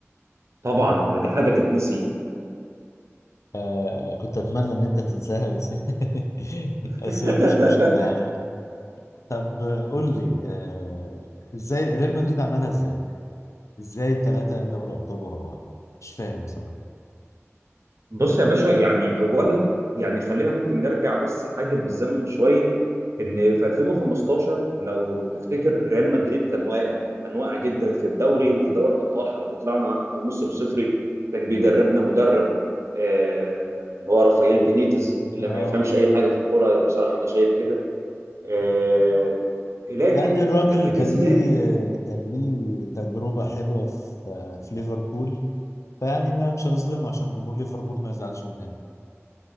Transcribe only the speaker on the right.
طبعا دي حاجه تتنسي
<laughs>
بص يا باشا يعني اولا يعني خلينا ممكن نرجع بس حاجه بالزمن شويه ان في 2015 لو تفتكر ريال مدريد كان واقع كان واقع جدا في الدوري وفي دوري الابطال حتى طلعنا بموسم صفري كان بيدربنا مدرب آه، اللي هو رافائيل بينيتز اللي
ما يفهمش اي حاجه في الكوره بصراحه انا شايف كده آه، لكن
لما جه
زيدان